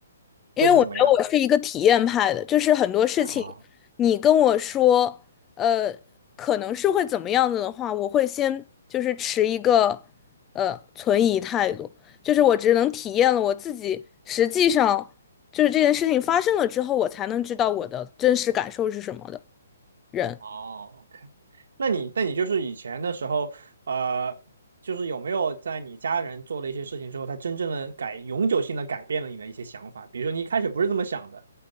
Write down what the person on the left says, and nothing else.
因为我觉得我是一个体验派的，就是很多事情，
你跟我说，呃，可能是会怎么样子的话，我会先就是持一个呃存疑态度，就是我只能体验了我自己，实际上就是这件事情发生了之后，我才能知道我的真实感受是什么的人。